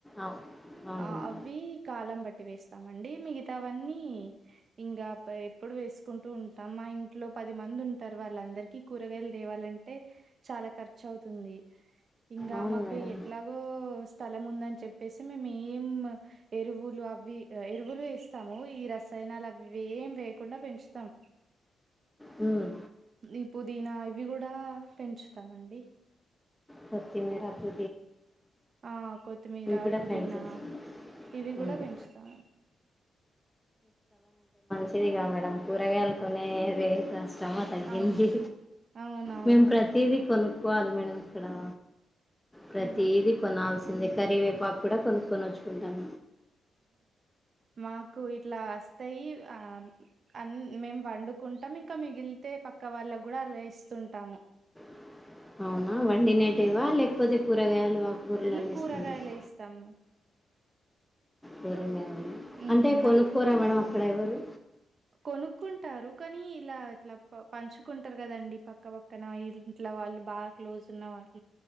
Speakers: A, in the centre; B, on the right.
A: అవు అవును
B: ఆ
A: మేడం.
B: అవ్వీ కాలం బట్టి వేస్త్ స్తామండి మిగతా వన్నీ ఇంగా ఎప్పుడు వేసుకుంటూ ఉంటాం మా ఇంట్లో పది మంద్ ది ఉంటారు వాళ్ళ అందరికి కూరగాయలు తేవాలంటే చాలా ఖర్చు అవుతుందీ ఇంగా
A: అవును
B: మాకు
A: మేడం.
B: ఎట్లాగో స్థలం ఉందని చెప్పేసి మేమి ఏమ్మ ఎరువులు అవి ఎరువులు ఏస్తాము ఈ రసాయనాలు అవ్వేం వేయ్ కుండా పెంచుతాం
A: హ్మ్.
B: ఈ పుదీనా ఇవ్వి గూడ్ డా పెంచుతామండి
A: కొత్తిమీరా, పు
B: ఆ కొత్తిమీరా,
A: కూడా
B: పుదీనా
A: పెంచొచ్చు.
B: ఇవి
A: హ్మ్.
B: గూడా పెంచుతా
A: ఫిరిగా మేడం కూరగాయలుకొనే ది శ్రమ తగ్గింది.
B: అవు అవునవును
A: మేము ప్రతీదీ కొనుక్కోవాలి మేడం ఇక్కడా. ప్రతీది
B: ఆహా
A: కొనాల్సిందే కరివేపాక్కుడా కొనుక్కొనొచ్చుకుంటాం.
B: మాకు ఇట్లా అస్తయీ ఆం అంద్ మేము వండుకుంటం ఇంక మిగిలితే పక్క వాళ్ళకి కూడా అలా ఇస్తుంటాము
A: <inaudible> అవునా వండినేటేవా
B: మ్మ్
A: లేకపోతే కూరగాయలు ఆకుకూరలు
B: ఇలా
A: అందిస్తుంటారా
B: కూరగాయలే ఇస్తాం
A: కూరగాయలు
B: ఉమ్
A: అంటే కొనుక్కోరా
B: అప్పుడు
A: మేడం అక్కడ ఎవరు
B: కొనుక్కుంటారు కానీ ఇలా ఇట్లా పంచుకుంటారు గదండి పక్క పక్కన ఇంట్లో వాళ్ళు బాగా క్లోజ్ ఉన్న వారు